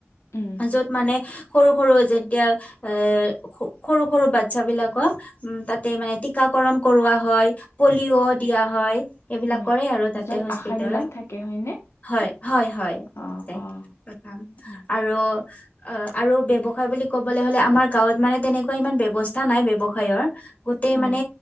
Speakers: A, on the left; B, on the left.
A: উম,
B: যত মানে সৰু-সৰু যেতিয়া এ সৰু-সৰু বাচ্ছা বিলাকক উম, তাতে মানে টীকাকৰণ কৰোৱা হয় পলিঅ' দিয়া হয়। সেইবিলাক
A: হয়।
B: কৰে আৰু তাতে
A: য'ত
B: হস্পিতেলত।
A: আশাবিলাক থাকে হয়নে?
B: হয়, হয়, হয়
A: অ',
B: আৰু
A: অ', উম,
B: আৰু অ, আৰু ব্যৱসায় বুলি ক'বলৈ হলে আমাৰ গাঁৱত মানে তেনেকুৱা ইমান ব্যৱস্থা নাই ব্যৱসায় গোটেই
A: উম,
B: মানে